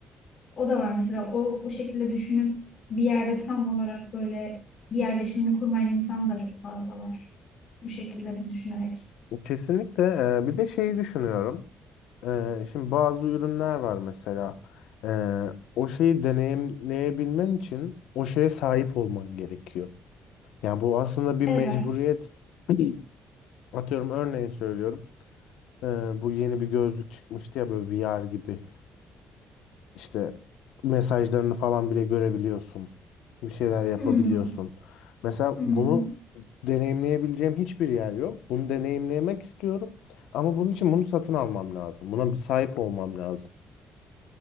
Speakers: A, on the left; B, on the left.
A: O da var mesela o, o şekilde düşünüp bir yerde tam olarak böyle yerleşimini kurmayan insan da çok fazla var. Bu şekilde düşünerek.
B: Kesinlikle. eee, bir de şeyi düşünüyorum. Ee, şimdi bazı ürünler var mesela. Ee, o şeyi deneyimleyebilmen için o şeye sahip olman gerekiyor. Yani bu aslında bir
A: Evet.
B: mecburiyet. <clears throat> Atıyorum örneğin söylüyorum. Ee, bu yeni bir gözlük çıkmıştı ya böyle VR gibi. İşte mesajlarını falan bile görebiliyorsun. Bir şeyler yapabiliyorsun.
A: Hmm.
B: Mesela
A: Hı
B: bunu
A: hı.
B: deneyimleyebileceğim hiçbir yer yok. Bunu deneyimlemek istiyorum. Ama bunun için bunu satın almam lazım. Buna bir sahip olmam lazım.